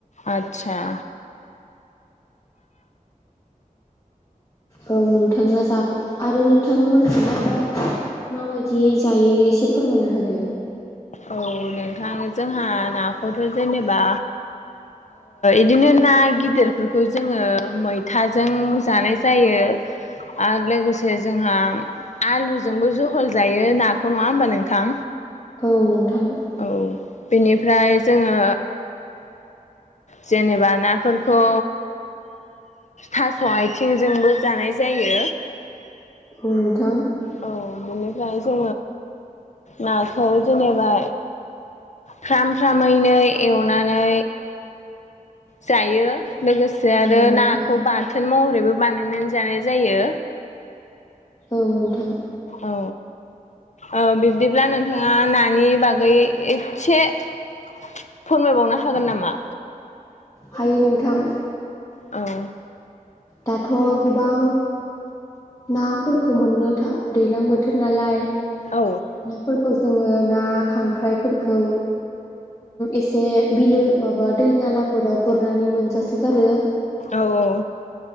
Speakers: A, on the left (about 55°); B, on the left (about 25°).
A: आचसाा
B: औ नोंथाङा जाफ आरो नोंथांमोन हाङाबा माबायदिय जायो एसे फोरमायना होदो
A: औ नोंथां जोंहा नाखौथ' जेनेबा इदिनो ना गिदिरफोरखौ जोङो मैथाजों जानाय जायो आरो लोगोसे जोंहा आलुजोंबो जहल जायो नाखौ नङा होमबा नोंथां
B: औ नोंथां
A: औ बेनिफ्राय जोङो जेनेबा नाफोरखौ थास' आथिंजोंबो जानाय जायो
B: औ नोंथां
A: औ बेनिफ्राय जोङो नाखौ जेनेबा फ्राम फ्रामैनो एवनानै जायो लोगोसे आरो
B: औ नोंथां
A: नाखौ बाथोन महरै फ्रायबो बानायनानै जानाय जायो
B: औ नोंथां
A: औ औ बिब्दिब्ला नोंथाङा नानि बागै एसे फोरमायबावनो हागोन नामा
B: हायो नोंथां
A: औ
B: दाथ' गोबां नाफोरखौ मोननो था दैज्लां बोथोर नालाय
A: औ
B: नाफोरखौ जोङो ना खांख्राइफोरखौ एसे बिलो माबा दै नालाफोराव गुरनानै मोनजासोगारो
A: औ औ